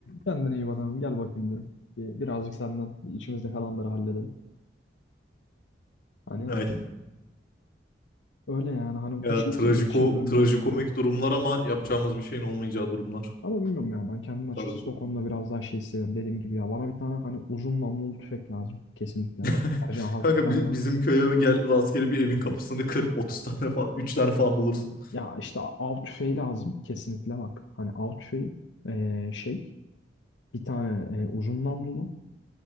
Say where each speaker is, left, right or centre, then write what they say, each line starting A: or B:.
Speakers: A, on the left; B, on the left.
A: kendine iyi bakalım gel bakayım derim. Bir- Birazcık senden içimizde kalanları halledelim. Hani
B: Ay.
A: öyle yani hani
B: Ya
A: bu şekilde
B: trajiko,
A: geçiririm
B: trajikomik
A: ben yani.
B: durumlar ama yapacağımız bir şeyin olmayacağı durumlar.
A: Ama bilmiyorum ya ben kendim
B: Bu
A: açıkçası
B: tarz bir durumlar.
A: o konuda biraz daha şey seviyorum. Dediğim gibi ya bana bir tane hani uzun namlulu tüfek lazım kesinlikle.
B: <laughs>
A: Tercihen hafiflerden.
B: Kanka bi- bizim köye gel rastgele bir evin
A: Hani
B: kapısını kır. <laughs> otuz tane falan 3 tane falan bulursun.
A: ya işte av tüfeği lazım kesinlikle bak. Hani av tüfeği ee, şey bir tane ee, uzun namlulu.